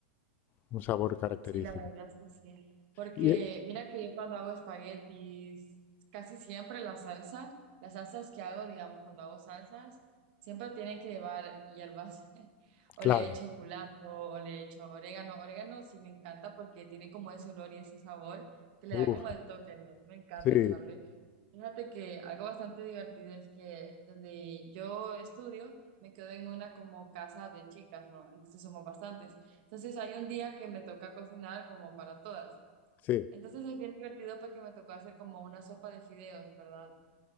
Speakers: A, on the left (about 30°); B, on the right (about 55°).
A: un sabor característico.
B: Sí, la verdad es que sí. Porque
A: Y eh,
B: mira que yo cuando hago espaguetis, casi siempre la salsa, las salsas que hago, digamos, cuando hago salsas, siempre tienen que llevar hierbas. <laughs> O
A: claro,
B: le echo culantro, o le echo orégano. Orégano sí me encanta porque tiene como ese olor y ese sabor que le
A: uff,
B: da como el toque, ¿no? Me encanta
A: sí,
B: echarle. Fíjate que algo bastante divertido es que donde yo estudio, me quedo en una como casa de chicas, ¿no? Entonces somos bastantes. Entonces hay un día que me toca cocinar como para todas.
A: sí,
B: Entonces es bien divertido porque me tocó hacer como una sopa de fideos, ¿verdad?